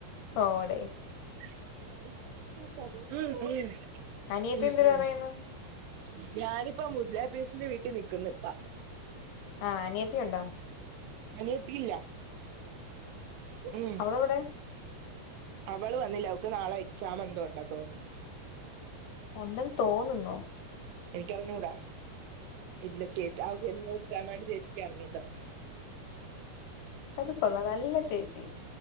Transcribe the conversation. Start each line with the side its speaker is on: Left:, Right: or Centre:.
Left: പോടെ
Right: ഉം ഉം ഉം
Left: അനിയത്തി
Right: ഉം
Left: എന്തിര് പറയുന്നു
Right: ഞാനിപ്പം മുദലാപ്പച്ചിടെ വീട്ടിൽ നിക്കുന്നുപ്പാ
Left: ആ അനിയത്തിയുണ്ടോ?
Right: അനിയത്തിയില്ല ഉം
Left: അവളെവിടെ
Right: അവള് വന്നില്ല അവക്ക് നാളെ എക്സാം എന്തോ ഉണ്ടന്ന് തോന്നുന്നു.
Left: ഉണ്ടെന്ന് തോന്നുന്നോ?
Right: എനിക്കറിഞ്ഞൂടാ ഇല്ല ചേച്ചി അവക്ക് എന്തോ എക്സാമാന്ന്‌ ചേച്ചിക്ക് അറിഞ്ഞൂടാ.
Left: അത് കൊള്ളാം നല്ല ചേച്ചി.